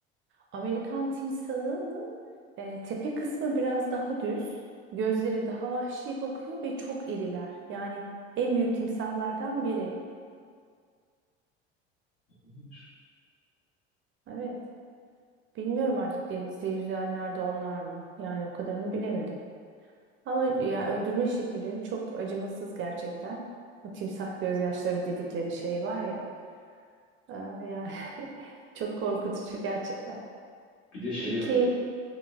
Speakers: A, on the right; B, on the left.
A: Amerikan timsahının e, tepe kısmı biraz daha düz, gözleri daha vahşi bakıyor ve çok iriler. Yani en büyük timsahlardan biri.
B: olabilir.
A: Evet. Bilmiyorum artık denizde yüzenler de onlar mı? Yani o kadarını bilemedim. Ama ya öldürme şekilleri çok acımasız gerçekten. O timsah gözyaşları dedikleri şey var ya. e, yani <laughs> çok korkutucu gerçekten.
B: Bir de şey
A: Peki,
B: e,